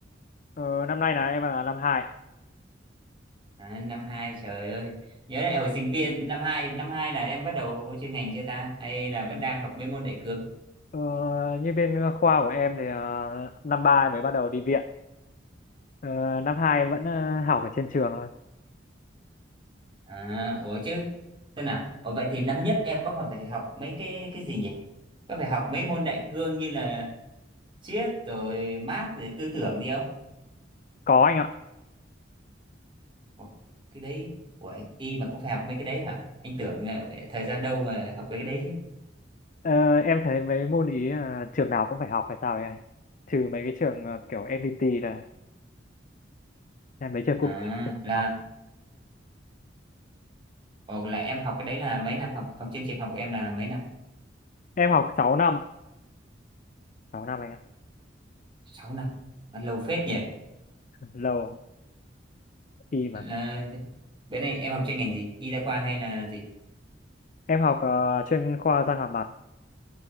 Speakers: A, on the left; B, on the right.
A: Ờ, năm nay là em là năm hai, ạ.
B: À, năm hai trời ơi, nhớ lại hồi sinh viên năm hai, năm hai là em bắt đầu vô chuyên ngành chưa ta? Hay là vẫn đang học mấy môn đại cương?
A: Ờ, như bên khoa của em thì ờ, năm 3 em mới bắt đầu đi viện. Ờ, năm 2 em vẫn ờ, học ở trên trường thôi.
B: À, ủa chứ, thế nào? Ủa vậy thì năm nhất em có phải phải học mấy cái cái gì nhỉ? Có phải học mấy môn đại cương như là triết rồi Mác rồi tư tưởng gì
A: Có anh ạ.
B: Ủa, cái đấy Ủa, y mà cũng phải học mấy cái đấy hả anh tưởng là thời gian đâu mà học mấy cái đấy chứ
A: Ờ, em thấy mấy môn ý ờ, trường nào cũng phải học hay sao ấy anh? Trừ mấy cái trường ờ, kiểu FPT là là em mấy trường quốc
B: à
A: tế cũng
B: là
A: phải học.
B: Ồ, là em học cái đấy là mấy năm học học chương trình học của em là mấy năm
A: Em học 6 năm. sáu năm anh ạ.
B: sáu năm à, lâu phết nhỉ
A: Lâu, khi mà.
B: là bên này em học chuyên ngành gì y đa khoa hay là gì
A: Em học ờ, chuyên khoa răng hàm mặt.